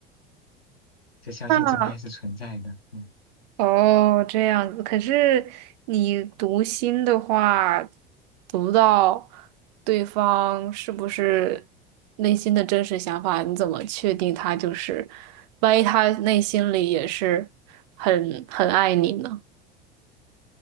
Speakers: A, on the left; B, on the right.
A: 就相信真爱是存在的。
B: 那
A: 嗯，
B: 哦，这样子。可是你读心的话，读到对方是不是内心的真实想法，你怎么确定他就是？万一他内心里也是很很爱你呢？